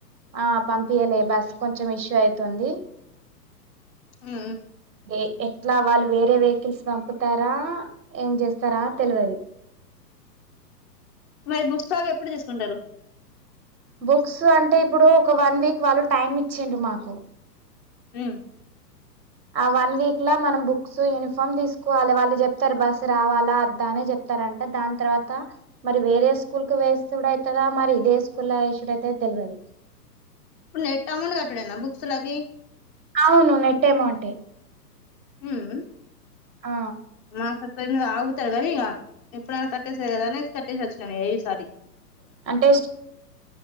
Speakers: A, on the right; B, on the left.
A: ఆ పంపియలే బస్ కొంచెం ఇష్యూ అయితుంది
B: మ్
A: ఎ ఎట్లా వాళ్ళు వేరే వెహికల్స్ పంపుతారా ఏం చేస్తారా తెలువది
B: మరి బుక్స్టాల్ ఎప్పుడు తీసుకుంటారు
A: బుక్స్ అంటే ఇప్పుడు ఒక వన్ వీక్ వాళ్ళు టైమ్ ఇచ్చిండ్రు మాకు
B: మ్
A: ఆ వన్ వీక్ ల మనం బుక్స్ యూనిఫామ్ తీసుకోవాలే వాళ్ళు చెప్తారు బస్సు రావాలా వద్దా అని చెప్ ారంట దాని తర్వాత మరి వేరే స్కూల్ కు వేసుడు అయితదా మరి ఇదే స్కూల్ వేసుడుఅయిత తెల్వది
B: ఇప్పుడు నెట్ అంమౌంట్ కట్టుడేనా బుక్స్ లకి
A: అవును నెట్ అమౌంటే
B: మ్ మ్
A: ఆ
B: మా క మీద ఆగుతారు కానీ ఇగ ఎప్పుడైనా కట్టేసేదే కదా అని కట్టేసి వచ్చినాము ఏ ఈ సారి
A: అంటే